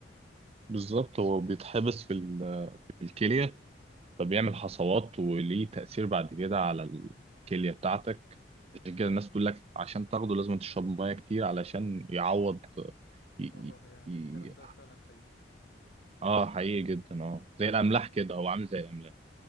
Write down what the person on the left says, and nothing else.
و...
والله
يعني الكلام
ده فعلا حقيقي
طب
كويس ان انا
بطلت